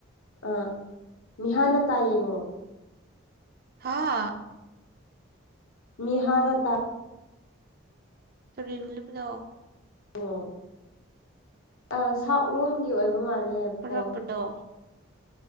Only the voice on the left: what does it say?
ꯑꯥ ꯃꯤꯍꯥꯟꯅ ꯇꯥꯏ ꯌꯦꯡꯉꯣ
ꯃꯤꯅꯤꯍꯥꯅ ꯇ
ꯑꯣ ꯑ ꯁꯛ ꯂꯣꯟꯒꯤ ꯑꯣꯏꯕ ꯃꯥꯜꯂꯦꯕꯀꯣ